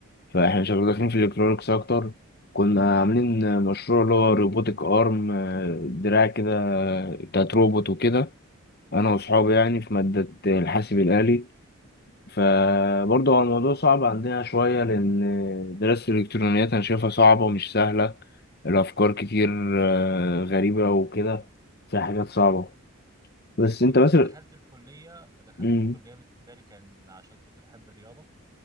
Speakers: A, on the left; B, on the right.
A: فاحنا شغالين داخلين في الالكترونكس اكتر كنا عاملين مشروع اللي هو روبوتك ارم آه، دراع كده بتاعت روبوت وكده انا واصحابي يعني في مادة الحاسب الآلي فبرضه هو الموضوع صعب عندنا شوية لأن دراسة الإلكترونيات أنا شايفها صعبة ومش سهلة الأفكار كتير آه، غريبة وكده فيها حاجات صعبة بس
B: والله
A: أنت مثلا
B: انا دخلت الكليه دخلت
A: مم،
B: الكليه بالنسبه لي كان عشان كنت بحب الرياضه